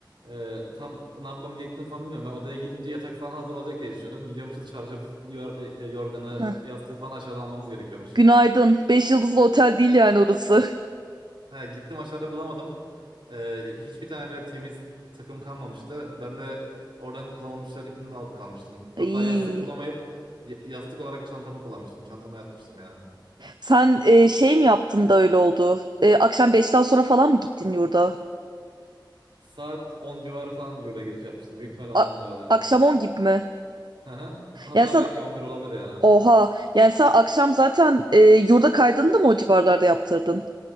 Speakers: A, on the right (about 80°); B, on the right (about 65°).
A: Ee, tam ne yapmam gerektiğini falan bilmiyorum. Ben odaya gidince yatak falan hazır olacak diye düşünüyordum. Gidiyormuşuz çarşafı, yor- e, e, yorganı,
B: <laughs> Heh.
A: yastığı falan aşağıdan almamız gerekiyormuş.
B: Günaydın. Beş yıldızlı otel değil yani orası.
A: He, gittim aşağıda bulamadım. Ee, hiçbir tane bile temiz takım kalmamıştı. Ben de oradan kullanılmışların içinden alıp kalmıştım. Hatta
B: <laughs> İyi.
A: yastık bulamayıp y- yastık olarak çantamı kullanmıştım. Çantama yatmıştım yani.
B: Sen e, şey mi yaptın da öyle oldu? E, akşam beşten sonra falan mı gittin yurda?
A: Saat on civarı falan Euro'ya giriş yapmıştım. Büyük ihtimal ondan
B: A-
A: dolayı oluyor yani.
B: akşam on gibi mi?
A: Hı hı. Hatta
B: Yani sen
A: belki 11 olabilir yani.
B: oha. Yani sen akşam zaten e, yurda kaydını da mı o civarlarda yaptırdın?